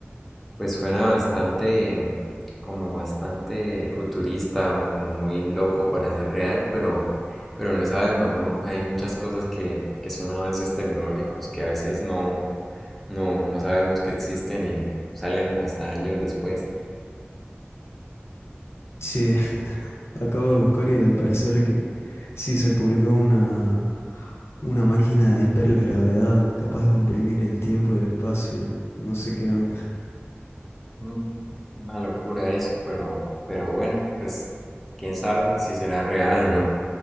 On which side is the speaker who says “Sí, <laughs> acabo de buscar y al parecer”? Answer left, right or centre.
Left